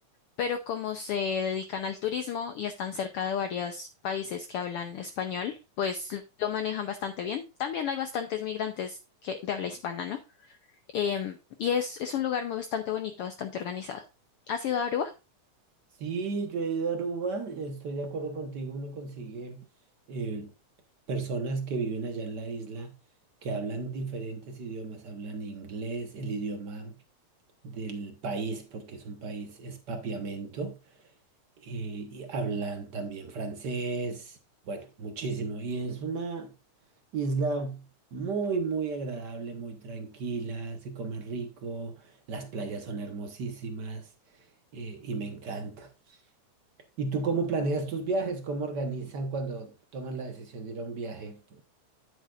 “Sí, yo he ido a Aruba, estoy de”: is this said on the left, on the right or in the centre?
Right